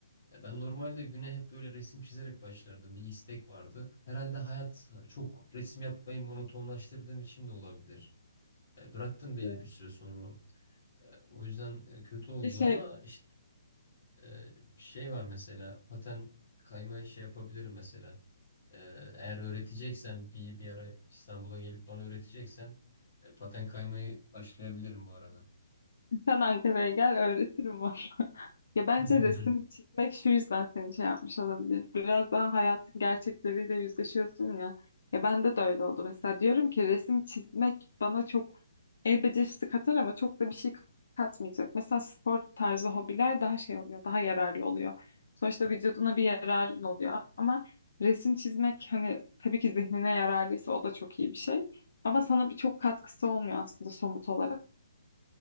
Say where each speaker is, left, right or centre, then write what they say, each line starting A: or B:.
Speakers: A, on the left; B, on the left.
A: Ya ben normalde güne hep böyle resim çizerek başlardım bir istek vardı. Herhalde hayat çok resim yapmayı monotonlaştırdığım için de olabilir. E, Bıraktım belli
B: Evet.
A: bir süre sonra. E, O yüzden e, kötü oldu
B: Bir Şey,
A: ama işte e, şey var mesela paten kayma şey yapabilirim mesela. Ee, Eğer öğreteceksen bir, bir ara İstanbul'a gelip bana öğreteceksen e, paten kaymayı başlayabilirim bu arada.
B: sen Ankara'ya gel öğretirim bana. <laughs> Ya bence
A: <laughs>
B: resim çizmek şu yüzden seni şey yapmış olabilir. Biraz daha hayatın gerçekleriyle yüzleşiyorsun ya. Ya bende de öyle oldu. Mesela diyorum ki resim çizmek bana çok El becerisi katar ama çok da bir şey katmayacak. Mesela spor tarzı hobiler daha şey oluyor, daha yararlı oluyor. Sonuçta vücuduna bir yararın oluyor. Ama resim çizmek hani tabii ki zihnine yararlıysa o da çok iyi bir şey. Ama sana bir çok katkısı olmuyor aslında somut olarak.